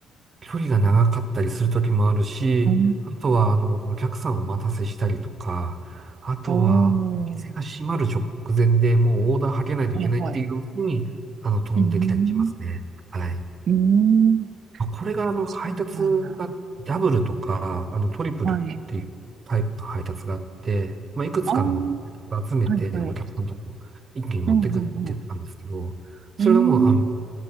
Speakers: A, on the right (about 40°); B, on the right (about 55°).
A: 距離が長かったりする時もあるし、
B: うん、
A: あとは、あの、お客さんをお待たせしたりとか、あとは、
B: おー。
A: お店が閉まる直前でもうオーダーはけないといけないっていう時に、
B: はいはい。
A: あの、飛んできたりしますね。
B: うん、
A: はい。
B: うん、
A: あこれがあの配達がダブルとか、
B: そうなんだ。
A: あのトリプルっていうタイプの配達があって、
B: はい。
A: まあ、いくつかの配達集めてお客さんのとこ一気に持ってくっていうのなんですけど、
B: ああ、はいはい。うん、うん、うん。
A: それがもうあの
B: うん、